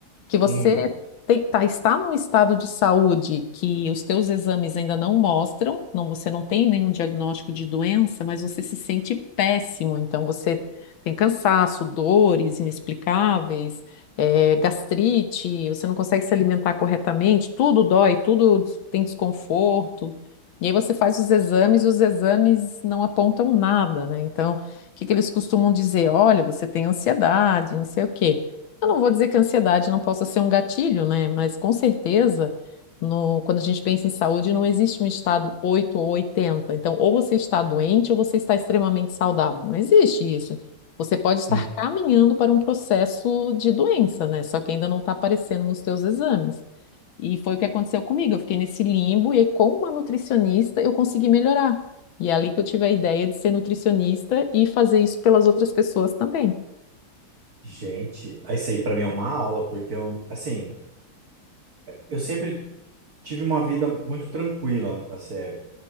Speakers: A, on the left; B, on the right.
A: que você
B: hum,
A: tem- tá, está num estado de saúde que os teus exames ainda não mostram, não, você não tem nenhum diagnóstico de doença, mas você se sente péssimo, então você tem cansaço, dores inexplicáveis, eh, gastrite, você não consegue se alimentar corretamente, tudo dói, tudo des- tem desconforto. E aí você faz os exames e os exames não apontam nada, né? Então, o que que eles costumam dizer? Olha, você tem ansiedade, não sei o quê. Eu não vou dizer que a ansiedade não possa ser um gatilho, né? Mas com certeza, no- quando a gente pensa em saúde, não existe um estado 8 ou 80. Então, ou você está doente ou você está extremamente saudável. Não existe isso. Você pode estar
B: hum.
A: caminhando para um processo de doença, né? Só que ainda não está aparecendo nos teus exames. E foi o que aconteceu comigo. Eu fiquei nesse limbo e aí, com uma nutricionista eu consegui melhorar. E é ali que eu tive a ideia de ser nutricionista e fazer isso pelas outras pessoas também.
B: Gente, isso aí pra mim é uma aula, porque eu, assim, eu sempre tive uma vida muito tranquila, assim, é,